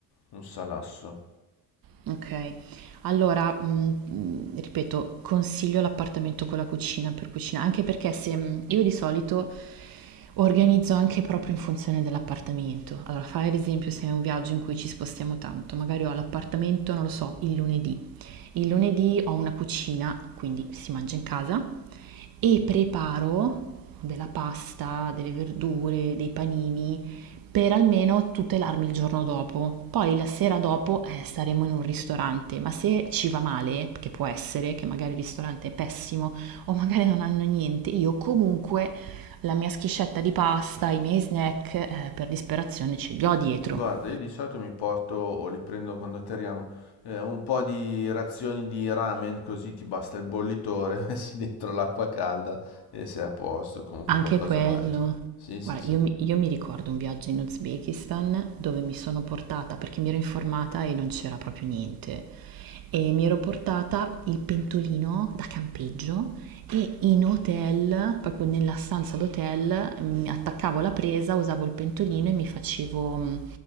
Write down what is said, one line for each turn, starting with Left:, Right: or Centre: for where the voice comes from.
Left: un salasso.
Right: ok, allora, mm, mm, ripeto, consiglio l'appartamento con la cucina per cucinare, anche perché se mm, io di solito organizzo anche proprio in funzione dell'appartamento. Allora, fai ad esempio se è un viaggio in cui ci spostiamo tanto, magari ho l'appartamento, non lo so, il lunedì. Il lunedì ho una cucina, quindi si mangia in casa. e preparo della pasta, delle verdure, dei panini per almeno tutelarmi il giorno dopo. Poi la sera dopo eh, staremo in un ristorante, ma se ci va male, che può essere, che magari il ristorante è pessimo o magari non hanno niente, io comunque la mia schiscetta di pasta, i miei snack, eh, per disperazione ce li ho dietro.
Left: Guarda, io di solito mi porto o li prendo quando atterriamo, eh, un po' di razioni di ramen, così ti basta il bollitore, <laughs> messi dentro l'acqua calda e sei a posto, comunque
Right: Anche
Left: qualcosa
Right: quello.
Left: mangi. Sì, sì,
Right: Guarda,
Left: sì.
Right: io, mi io mi ricordo un viaggio in Uzbekistan dove mi sono portata, perché mi ero informata e non c'era proprio niente, e mi ero portata il pentolino da campeggio e in hotel, proprio nella stanza d'hotel, mi attaccavo la presa, usavo il pentolino e mi facevo, mh,